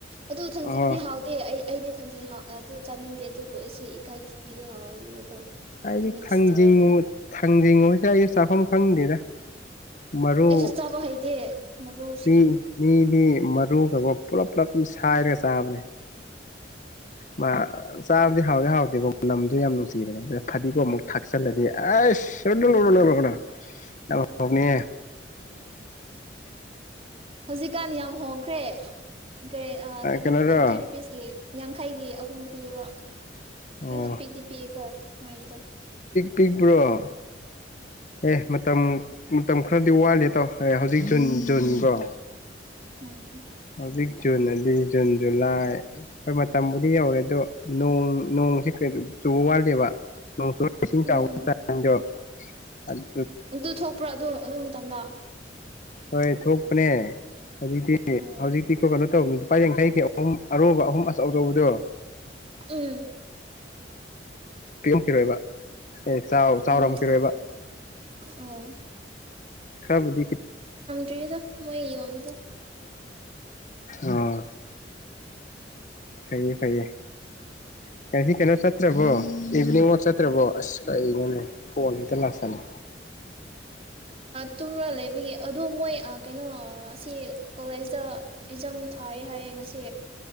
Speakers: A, on the right; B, on the left.
A: ꯑꯗꯨ ꯊꯥꯡꯖꯤꯡꯗꯤ
B: ꯑꯣ
A: ꯍꯥꯎꯇꯦ ꯑꯩ ꯑꯩꯗꯤ ꯊꯥꯡꯖꯤꯡ ꯑꯗꯨ ꯆꯥꯅꯤꯡꯗꯦ ꯑꯗꯨ ꯑꯁꯤ ꯏꯀꯥꯏ ꯊꯤꯕꯤꯗꯣ ꯍꯥꯎꯋꯦꯕꯀꯣ
B: ꯑꯩꯒꯤ
A: ꯃꯤꯛꯁ
B: ꯊꯥꯡꯖꯉ
A: ꯇꯧꯔꯒ
B: ꯊꯥꯡꯖꯤꯡ <unintelligible> ꯑꯩ ꯆꯥꯐꯝ ꯈꯪꯗꯦꯗ ꯃꯔꯨ
A: ꯑꯩꯁꯨ ꯆꯥꯕ ꯍꯩꯇꯦ ꯃꯔꯨꯁꯤꯡꯗꯣ
B: ꯃꯤ ꯃꯤꯗꯤ ꯃꯔꯨꯒꯒꯨꯝ ꯄꯨꯂꯞ ꯄꯨꯂꯞ ꯑꯗꯨꯝ ꯁꯥꯏꯔꯒ ꯆꯥꯕꯅꯦ ꯃꯥ ꯆꯥꯕꯗꯤ ꯍꯥꯎꯗꯤ ꯍꯥꯎꯗꯦꯀꯣ ꯃꯅꯝꯗꯣ ꯌꯥꯝ ꯅꯨꯡꯁꯤꯕꯅꯦ ꯑꯗꯨꯅ ꯐꯗꯤꯒꯣ ꯑꯃꯨꯛ ꯊꯥꯛꯆꯜꯂꯗꯤ ꯑꯁ ꯆꯗ ꯂꯧꯗꯅꯤ
A: ꯎꯝ ꯍꯧꯖꯤꯛꯀꯥꯟ ꯌꯥꯝ ꯍꯣꯡꯈ꯭ꯔꯦ ꯀꯔꯤ ꯀꯩꯅꯣ
B: ꯀꯩꯅꯣꯔꯣ
A: ꯐꯤꯐꯇꯤ ꯔꯨꯄꯤꯁꯀꯤ ꯌꯥꯡꯈꯩꯒꯤ ꯑꯍꯨꯝ ꯄꯤꯌꯦꯕ
B: ꯑꯣ
A: ꯀꯩꯅꯣ ꯑꯄꯤꯛꯗꯤ ꯄꯤꯌꯦꯀꯣ ꯃꯩꯗꯣ
B: ꯄꯤꯛꯕ꯭ꯔꯣ ꯑꯦꯦ ꯃ ꯃꯇꯝ ꯃꯇꯝ ꯈꯔꯗꯤ ꯋꯥꯠꯂꯦ ꯇꯧ ꯍꯧꯖꯤꯛ ꯖꯨꯟ ꯖꯨꯟꯒꯣ
A: ꯎꯝ
B: ꯍꯧꯖꯤꯛ ꯖꯨꯟ ꯑꯗꯨꯗꯤ ꯖꯨꯟ ꯖꯨꯂꯥꯏ ꯍꯣꯏ ꯃꯇꯝꯕꯨꯗꯤ ꯌꯧꯔꯦ ꯑꯗꯣ ꯅꯣꯡ ꯅꯣꯡꯁꯤ ꯀ ꯆꯨꯕ ꯋꯥꯠꯂꯦꯕꯣꯡ ꯆ
A: ꯎꯝ
B: ꯗꯣ ꯑꯗꯨ
A: ꯑꯗꯨ ꯊꯣꯛꯄ꯭ꯔꯣ ꯑꯗꯨ ꯑꯗꯨ ꯃꯇꯝꯗ
B: ꯍꯣꯏ ꯊꯣꯛꯄꯅꯦ ꯍꯧꯖꯤꯛꯇ
A: ꯑꯣ
B: ꯍꯧꯖꯤꯛꯇꯤ ꯀꯣꯀꯅ ꯇꯧꯕꯅꯤ ꯂꯨꯄꯥ ꯌꯥꯡꯈꯩꯒꯤ ꯑꯍꯨꯝ ꯑꯔꯨꯕ ꯑꯍꯨꯝ ꯑꯆꯧꯆꯧꯕꯗꯣ
A: ꯎꯝ
B: ꯄꯤ ꯑꯦꯝꯀꯤꯔꯣꯏꯕ ꯑꯦ ꯆꯥꯎꯔꯝꯈꯤꯔꯣꯏꯕ
A: ꯎꯝ ꯑꯣ
B: ꯈꯔꯕꯨꯗꯤ ꯈꯤ
A: ꯔꯤꯗ ꯃꯏ ꯑꯣ ꯇ
B: ꯑꯣ ꯐꯩꯌꯦ ꯐꯩꯌꯦ ꯉꯁꯤ ꯀꯩꯅꯣ ꯆꯠꯇ꯭ꯔꯕꯣ ꯏꯚꯤꯅꯤꯡ ꯋꯥꯛ ꯆꯠꯇ꯭ꯔꯕꯣ ꯑꯁ ꯀꯩꯅꯣꯅꯦ ꯐꯣꯟ ꯇꯂꯥꯁꯅꯤ
A: ꯇꯨꯝ꯭ꯔꯥ ꯂꯩꯕꯒꯤ ꯑꯗꯣ ꯃꯣꯏ ꯀꯩꯅꯣ ꯑꯁꯤ ꯀꯣꯂꯦꯖꯇ ꯑꯦꯛꯖꯝ ꯊꯥꯏ ꯍꯥꯏꯌꯦ ꯉꯁꯤ